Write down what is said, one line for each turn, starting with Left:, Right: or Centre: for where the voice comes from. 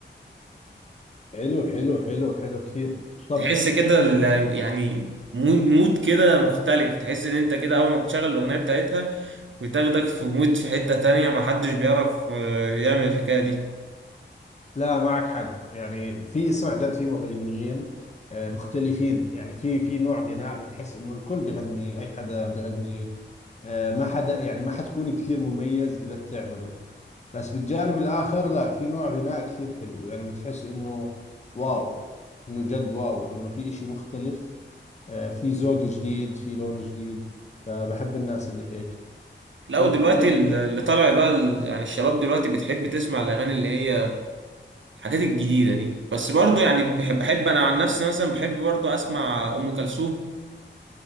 Left: حلو حلو حلو حلو كثير طب
Right: تحس كده ال- يعني مود مود كده مختلف تحس ان انت كده اول ما تشغل الاغنيه بتاعتها بتاخدك في مود في حته تانية ما حدش بيعرف آه، يعمل الحكايه دي
Left: لا معك حق يعني في اسمع جد في مغنيين آه، مختلفين يعني في في نوع غناء بتحس انه الكل بغني اي حدا بغني آه، ما حدا يعني ما حتكون كثير مميز اذا بتعمله بس بالجانب الاخر لا في نوع غناء كثير حلو يعني بتحس انه واو انه جد واو انه في اشي مختلف آه، في ذوق جديد في لون جديد فبحب الناس اللي هيك
Right: لا
Left: طب
Right: دلوقتي
Left: يا
Right: اللي
Left: اخي
Right: طالع بقى ال- يعني الشباب دلوقتي بتحب تسمع الاغاني اللي هي الحاجات الجديده دي بس برضو يعني بحب, بحب انا عن نفسي مثلا بحب برضو اسمع ام كلثوم